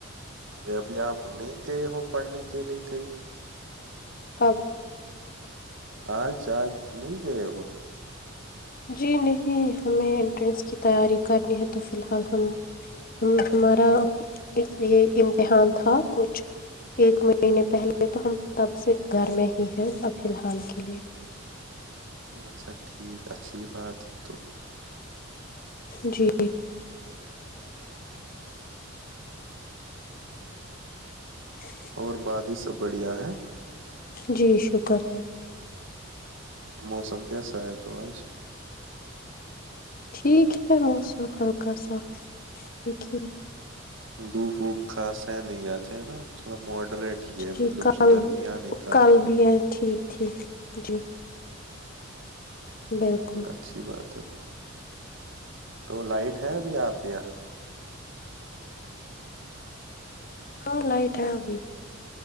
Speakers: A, on the right; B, on the left.
A: یہ ابھی آپ نہیں گئے ہو پڑھنے کے لیے کئی
B: کب <unintelligible>
A: آج آج نہیں گئے ہو
B: جی نہیں ہمیں انٹرینس کی تیاری کرنی ہے تو فی الحال ہم ہم ہمارا یہ امتحان تھا کچھ ایک مہینے پہلے تو ہم تب سے گھر میں ہی ہیں سب فی الحال کے لیے
A: اچھا ٹھیک اچھی یہ بات ہے تو
B: جی جی <unintelligible>
A: اور باقی سب بڑھیا ہے
B: جی شکر ہے
A: موسم کیسا ہے تو آج
B: ٹھیک ہے موسم ہلکا سا ٹھیک ہے
A: دھوپ ووپ کھاس ہے نہیں آتے ہے نا تھوڑا ماڈریٹ ہے
B: جی
A: مطلب
B: کل
A: س درمیاان کا
B: کل بھی ہے ٹھیک ٹھیک جی بالکل
A: ی اچھی بات ہے تو لائٹ ہے ابھی آپ کے یہاں
B: ہاں لائٹ ہے ابھی